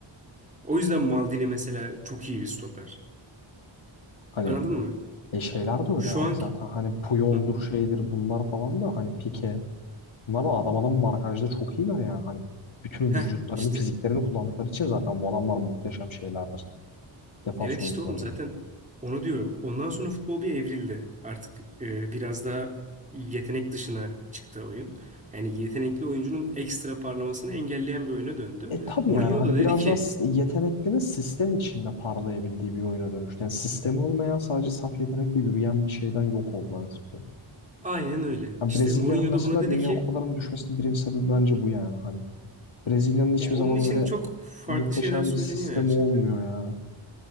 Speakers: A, on the right; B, on the left.
A: O yüzden Maldini mesela çok iyi bir stoper.
B: Hani
A: Anladın mı?
B: e şeyler de öyle
A: Şu
B: abi
A: anki...
B: zaten hani Puyol'dur
A: Hı.
B: şeydir bunlar falan da hani Pique. Bunlar da adam adam markajda çok iyiler yani. Hani bütün
A: Heh
B: vücutlarını,
A: işte.
B: fiziklerini kullandıkları için zaten bu adamlar muhteşem şeylerdir. Defans
A: Evet
B: oyuncularıdır.
A: işte oğlum zaten onu diyorum. Ondan sonra futbol bir evrildi. Artık e, biraz daha yetenek dışına çıktı oyun. Yani yetenekli oyuncunun ekstra parlamasını engelleyen bir oyuna döndü.
B: E tabii
A: Mourinho
B: yani hani
A: da dedi
B: biraz
A: ki
B: da s- yeteneklinin sistem içinde parlayabildiği bir oyuna dönüştü. Yani sistemi olmayan sadece saf yetenekle yürüyen bir şeyden yok oldu hani futbol.
A: Aynen öyle.
B: Yani
A: İşte
B: Brezilya'nın
A: Mourinho
B: mesela
A: da buna dedi
B: Dünya
A: ki
B: Kupalarının düşmesinin birinci sebebi bence bu yani hani. Brezilya'nın hiçbir
A: ya onun
B: zaman
A: için
B: öyle
A: çok farklı
B: muhteşem
A: şeyler söyleniyor
B: bir sistemi
A: Ercik
B: olmuyor
A: de.
B: yani.